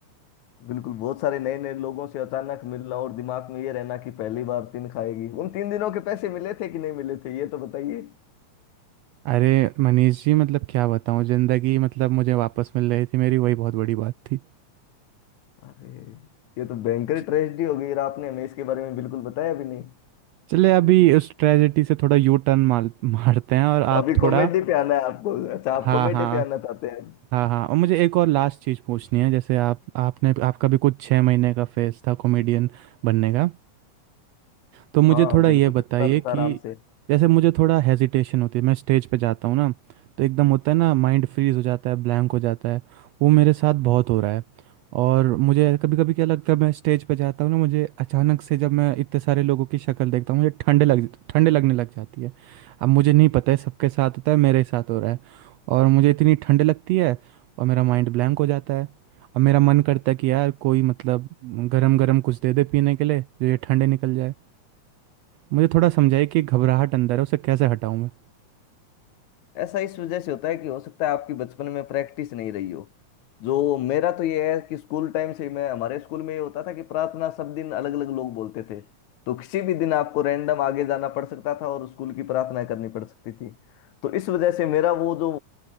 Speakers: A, on the left; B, on the right.
A: बिल्कुल बहुत सारे नए नए लोगों से अचानक मिलना और दिमाग में ये रहना कि पहली बार तीन खाएगी उन तीन दिनों के पैसे मिले थे कि नहीं मिले थे ये तो बताइए
B: अरे मनीष जी मतलब क्या बताऊँ ज़िंदगी मतलब मुझे वापस मिल रही थी मेरी वही बहुत बड़ी बात थी
A: अरे ये तो भयंकर
B: च-
A: ट्रेजेडी हो गई और आपने हमें इसके बारे में बिल्कुल बताया भी नहीं
B: चले अभी उस ट्रेजेडी से थोड़ा यू टर्न मार मारते हैं और आप
A: अभी
B: थोड़ा
A: कॉमेडी पे आना है आपको अच्छा आप
B: हाँ
A: कॉमेडी
B: हाँ
A: पे आना चाहते हैं
B: हाँ हाँ और मुझे एक और लास्ट चीज़ पूछनी है जैसे आप आपने आपका भी कुछ छः महीने का फेज था कॉमेडियन बनने का तो मुझे
A: हाँ
B: थोड़ा
A: बिल्कुल
B: ये बताइए
A: इतना तो
B: कि
A: था आराम से
B: जैसे मुझे थोड़ा हेजिटेशन होती है मैं स्टेज पे जाता हूँ ना तो एकदम होता है ना माइंड फ्रीज हो जाता है ब्लैंक हो जाता है वो मेरे साथ बहुत हो रहा है और मुझे कभी कभी क्या लगता है मैं स्टेज पे जाता हूँ ना मुझे अचानक से जब मैं इतने सारे लोगों की शक्ल देखता हूँ मुझे ठंड लग ठंड लगने लग जाती है अब मुझे नहीं पता है सबके साथ होता है मेरे साथ हो रहा है और मुझे इतनी ठंड लगती है और मेरा माइंड ब्लैंक हो जाता है अब मेरा मन करता है कि यार कोई मतलब गरम गरम कुछ दे दे पीने के लिए जो ये ठंडे निकल जाए मुझे थोड़ा समझाइए कि घबराहट अंदर है उसे कैसे हटाऊं मैं
A: ऐसा इस वजह से होता है कि हो सकता है आपकी बचपन में प्रैक्टिस नहीं रही हो जो मेरा तो ये है कि स्कूल टाइम से ही मैं हमारे स्कूल में ये होता था कि प्रार्थना सब दिन अलग अलग लोग बोलते थे तो किसी भी दिन आपको रैंडम आगे जाना पड़ सकता था और स्कूल की प्रार्थना करनी पड़ सकती थी तो इस वजह से मेरा वो जो